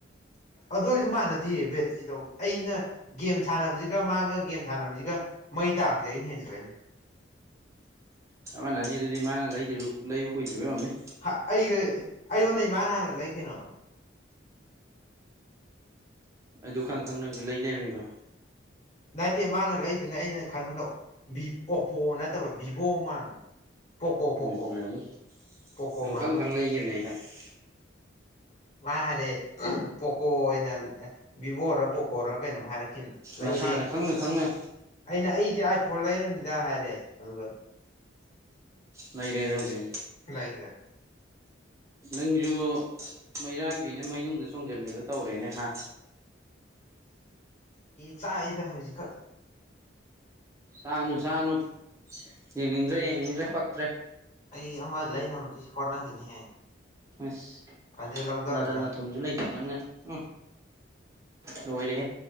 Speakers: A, on the left; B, on the right.
A: ꯑꯗꯨ ꯑꯣꯏꯔꯁꯨ ꯃꯥꯟꯅꯗꯌꯦ ꯕꯦꯠꯇ꯭ꯔꯤꯗꯣ ꯑꯩꯅ ꯒꯦꯝ ꯁꯥꯟꯅꯕꯁꯤꯒ ꯃꯥꯒ ꯒꯦꯝ ꯁꯥꯟꯅꯕꯁꯤꯒ ꯃꯩ ꯑꯩ ꯇꯥꯔꯛꯄꯗꯤꯦ ꯑꯩꯅ ꯍꯦꯟꯖꯤꯜꯂꯛꯅꯤ
B: ꯆꯃꯅꯅꯤ ꯑꯗꯨꯗꯤ ꯃꯥꯅ ꯂꯩꯗ꯭ꯔꯤꯕ ꯂꯩꯕ ꯀꯨꯏꯗ꯭ꯔꯤꯕꯅꯤ
A: ꯍꯥ ꯑꯩꯒꯤ ꯑꯩꯉꯣꯟꯟꯅ ꯏꯃꯥꯅ ꯍꯥꯟꯅ ꯂꯩ ꯀꯩꯅꯣ
B: ꯑꯗꯨ ꯈꯪ ꯈꯪ ꯅꯪꯁꯨ ꯂꯩ ꯂꯩꯔꯝꯃꯤꯕ
A: ꯅꯠꯇꯦ ꯃꯥꯅ ꯂꯩꯗꯨꯅꯦ ꯑꯩꯅ ꯈꯟꯕꯅ ꯚ ꯑꯣꯞꯄꯣ ꯅꯠꯇꯕ ꯚꯤꯚꯣ ꯑꯃꯥꯡ ꯄꯣꯀꯣ ꯄꯣꯀꯣ
B: ꯎꯝ ꯑꯣꯏꯔꯝꯅꯤ
A: ꯄꯣꯀꯣ
B: ꯅꯪ
A: ꯃꯥꯥꯟꯕ
B: ꯈꯪ ꯈꯪ ꯂꯩꯈꯤꯕꯅꯦ ꯑꯩ ꯈꯪꯉꯦ
A: ꯃꯥ ꯍꯥꯏꯔꯦ ꯄꯣꯀꯣ ꯑꯣꯏꯅ ꯚꯕꯣꯔ ꯄꯣꯀꯣꯔꯣ ꯀꯩꯅꯣꯝ ꯍꯥꯏꯔ ꯂꯩꯔꯦ
B: ꯅꯁꯥꯅ ꯈꯪꯅ ꯈꯪꯅ
A: ꯑꯩꯅ ꯑꯩꯗꯤ ꯐꯣ ꯂꯩꯔꯅꯤꯗ ꯍꯥꯏꯔꯦ ꯑꯗꯨꯒ
B: ꯂꯩꯔꯦꯗ꯭ꯔ ꯍꯧꯖꯤꯦ
A: ꯂꯩꯒ
B: ꯅꯪꯁꯨ ꯃꯩꯔꯥꯟꯕꯤꯅ ꯃꯅꯨꯡꯗꯅꯨꯡ ꯆꯣꯡꯁꯤꯂꯦꯗꯣ ꯇꯧꯔꯦꯅꯦ ꯍꯥ
A: ꯆꯥꯛꯗ ꯍꯧꯖꯤꯛꯈꯛ
B: ꯁꯥꯅꯨ ꯁꯥꯅꯨ ꯌꯦꯡꯅꯤꯡꯗ꯭ꯔꯦ ꯌꯦꯡꯅꯤꯡꯗ꯭ꯔꯦ ꯐꯛꯇ꯭ꯔꯦ
A: ꯑꯩ ꯑꯃ ꯂꯩꯕꯨꯗꯤ ꯍꯣꯠꯅꯈꯤꯅꯤꯍꯦ
B: ꯑꯁ
A: ꯐꯗꯦ ꯂꯧꯊꯔꯒ
B: ꯅꯔꯟ ꯅꯊꯨꯝꯁꯨ ꯂꯩꯇꯕ ꯅꯪꯅ ꯎꯝ ꯂꯣꯏꯔꯦꯍꯦ